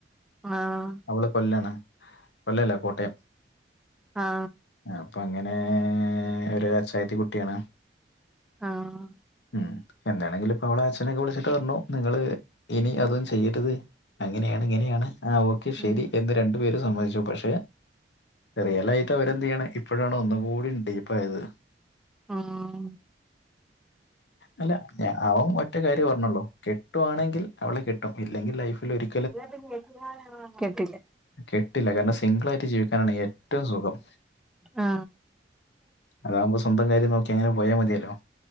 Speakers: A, in the centre; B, on the left.
A: ആഹ്
B: അവള് കൊല്ലാണ് കൊല്ലല്ല കോട്ടയം
A: ആ
B: അപ്പൊ അങ്ങനേ ഒര് അച്ചായത്തി കുട്ടിയാണ്
A: ആഹ്
B: ഉം എന്താണെങ്കിലും ഇപ്പൊ അവളെ അച്ഛനൊക്കെ വിളിച്ചിട്ട് പറഞ്ഞു നിങ്ങള് ഇനി അതും ചെയ്യര്ത് അങ്ങനെയാണ്, ഇങ്ങനെയാണ് ആഹ് ഓക്കെ ശെരി
A: ഉം
B: എന്ന് രണ്ടു പേരും സമ്മതിച്ചു. പക്ഷേ റിയലായിട്ട് അവരെന്ത് ചെയ്യാണ് ഇപ്പോഴാണ് ഒന്നും കൂടി ഡീപ്പ് ആയത്
A: ഉം
B: അല്ല അവൻ ഒറ്റ കാര്യേ പറഞ്ഞൊള്ളൂ കെട്ടുവാണെങ്കിൽ അവളെ കെട്ടും ഇല്ലെങ്കിൽ ലൈഫിൽ ഒരി
A: <inaudible> കെട്ടില്ല
B: കെട്ടില്ല കാരണം സിംഗിളാ ആയിട്ട് ജീവിക്കാനാണ് ഏറ്റവും സുഖം
A: ആ
B: അതാവുമ്പോ സ്വന്തം കാര്യം നോക്കി അങ്ങനെ പോയാ മതിയല്ലോ